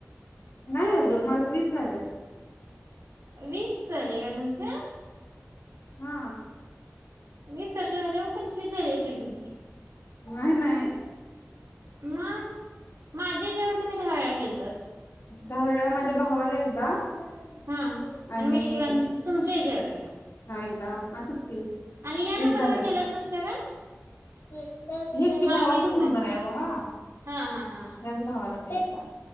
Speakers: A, on the left (about 65°); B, on the right (about 85°).
A: नाई अजून माझ वीस झालं.
B: वीस झाले का तुमचं?
A: हा
B: वीस कशे झाले हो पंचवीस झाले असतील तुम च
A: नाही नाही
B: मग माझ्या जेव तर... मी दहावेळा केलतो.
A: दहा वेळा माझ्या भावाला एकदा आणि
B: हा मिस्टरां तुमच्या याच्यावर एकदा
A: हा एकदा असच ते
B: आणि या
A: वीस
B: नंबरवर
A: झाल्यात
B: केलेला नाहीसा का
A: एक हेच की
B: हा
A: भावाचाच
B: वीस झाले
A: नंबर आहे हो हा
B: हा हा हा
A: ह्याच भावाला केलता.